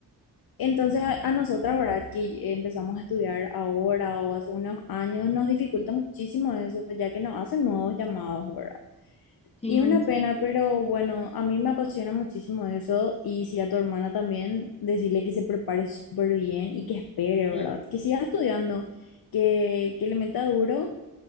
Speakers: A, on the left (about 65°); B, on the left (about 15°).
A: Entonces a, a nosotras, ¿verdad? Que empezamos a estudiar ahora o hace unos años, nos dificulta muchísimo eso, ya que no hacen nuevos llamados, ¿verdad?
B: Sí,
A: Y es
B: en-
A: una
B: sí.
A: pena, pero bueno, a mí me apasiona muchísimo eso y si a tu hermana también, decirle que se prepare súper bien y que espere, ¿verdad?
B: Sí,
A: Que siga estudiando, que, que le meta duro